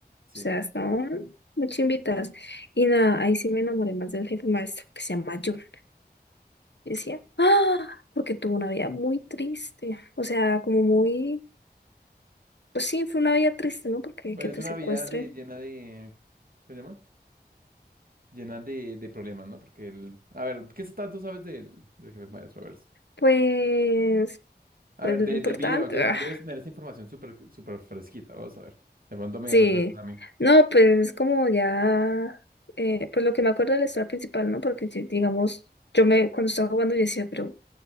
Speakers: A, on the right (about 55°); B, on the left (about 85°).
A: Sí.
B: O sea, estaban muy chimbitas. Y nada, ahí sí me enamoré más del jefe maestro que se llama John. Y decía, ah, porque tuvo una vida muy triste. O sea, como muy, pues sí, fue una vida triste, ¿no? Porque
A: Pues
B: que te
A: es una
B: secuestren,
A: vida de, llena de, ¿qué se llama? Llena de, de problemas, ¿no? Porque el, a ver, ¿qué tanto sabes del, del jefe maestro? A ver,
B: pues,
A: a
B: pues
A: ver,
B: lo
A: de-
B: importante.
A: del video, yo, debes
B: <laughs>
A: tener esa información súper, súper fresquita, vamos a ver. De pronto me
B: Sí,
A: refrescas a mí.
B: no, pues es como ya, eh, pues lo que me acuerdo de la historia principal, ¿no? Porque si- digamos, yo me, cuando estaba jugando yo decía, pero